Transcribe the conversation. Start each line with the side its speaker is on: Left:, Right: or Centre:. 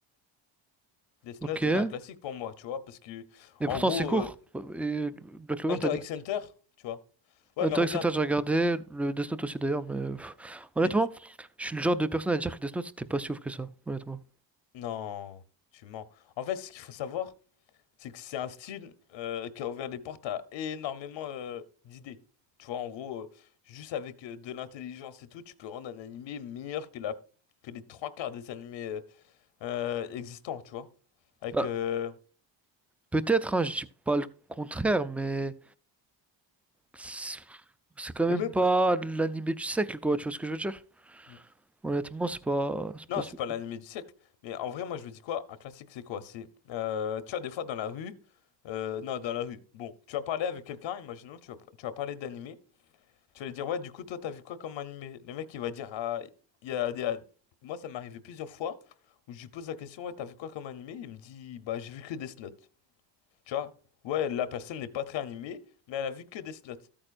Left: Death
Centre: Ok.
Left: Note
Centre: Et
Left: est un classique pour moi, tu vois, parce que, en
Centre: pourtant
Left: gros,
Centre: c'est court.
Left: euh,
Centre: Et Black Clover,
Left: Hunter
Centre: t'as dit.
Left: x Hunter, tu vois. Ouais,
Centre: Hunter
Left: mais regarde,
Centre: x Hunter, j'ai regardé, le Death Note aussi d'ailleurs, mais pff, honnêtement,
Left: mais tu-
Centre: je suis le genre de personne à dire que Death Note c'était pas si ouf que ça, honnêtement.
Left: Non, tu mens. En fait, ce qu'il faut savoir, c'est que c'est un style euh, qui a ouvert les portes à énormément euh, d'idées. Tu vois, en gros, euh, juste avec euh, de l'intelligence et tout, tu peux rendre un animé meilleur que la... que les trois quarts des animés euh, euh, existants, tu vois. Avec
Centre: Bah,
Left: euh,
Centre: Peut-être, hein, je dis pas le contraire, mais c'est c'est quand même
Left: et même
Centre: pas l'animé du siècle, quoi, tu vois ce que je veux dire?
Left: Mm.
Centre: Honnêtement, c'est pas, c'est
Left: non,
Centre: pas si
Left: c'est
Centre: ouf.
Left: pas l'animé du siècle, mais en vrai moi je me dis quoi? Un classique c'est quoi? C'est euh, tu vois des fois dans la rue euh, non, dans la rue. Bon, tu vas parler avec quelqu'un, imaginons tu vas tu vas parler d'animé, tu vas lui dire ouais, du coup toi t'as vu quoi comme animé? Le mec il va dire ah il y a, il y a- moi ça m'est arrivé plusieurs fois où je lui pose la question ouais, t'as vu quoi comme animé? Il me dit bah j'ai vu que Death Note. Tu vois? Ouais, la personne n'est pas très animée, mais elle a vu que Death Note.